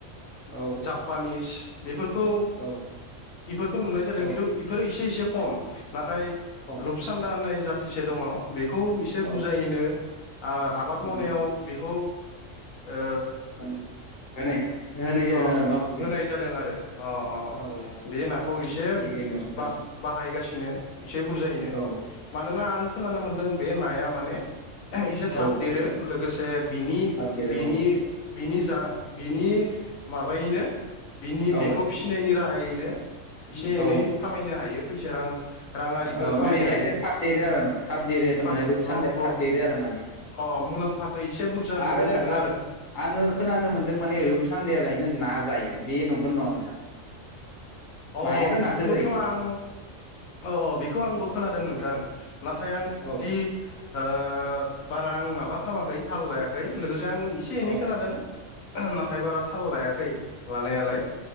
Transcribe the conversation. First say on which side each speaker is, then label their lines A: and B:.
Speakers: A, on the left; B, on the left.
A: औ
B: जापानिस बेफोरखौ
A: औ
B: इफोरखौ नुनाय जादों
A: औ
B: खिन्थु इफोरो एसे एसे खम नाथाय
A: औ
B: रुपसान्दा होननाय जाथिसो दङ बेखौ एसे
A: औ
B: बुजायैनो ओ आबाद मावनायाव
A: मोन
B: बेखौ ओ
A: होनाय <unintelligible> <unintelligible>
B: ओ
A: न फुख्रियाव
B: होनाय जादों आरो अ अ
A: औ औ
B: बे नाखौ एसे
A: थिगैनो दं नोंथां
B: बाह-बाहायगासिन नो एसे बुरजायैनो
A: औ
B: मानोना आं खोनानो मोनदों बे नाया माने एसे थाब
A: औ
B: देरो लोगोसे बिनि
A: थाब देरो
B: बिनि बिनि जा बिनि माबायैनो बिनि
A: औ
B: बेखौ फिसिनायनि राहायैनो
A: औ
B: एसे एनै
A: औ
B: खामायनो हायो फैसा रां राङारिफोर
A: औ
B: खामायनो
A: माने
B: हायो
A: एसे थाब देरो आरो न थाब देरो थारमाने
B: थाब
A: रुपसान्दे
B: औ औ
A: थाब देरो आरो माने
B: अ मुलाम्फाखौ एसे बुरजा नुनो
A: आरो
B: मोनो
A: आं आङो खोनानो मोनदों माने रुप सान्देया लायनो ना जायो बे नंगोन नङा नोंथां
B: अ
A: नायानो
B: बिखौथ'
A: नाखो जायो
B: आं औ औ बेखौ आंबो खोनादों नोंथां नाथाय आं
A: औ
B: दि ओ बारा आं माबा खालामाखै थाल लायाखै लोगोसे आं एसे एनै
A: औ
B: खोनादों ओह नाथाय बारा थाल लायाखै लानायालाय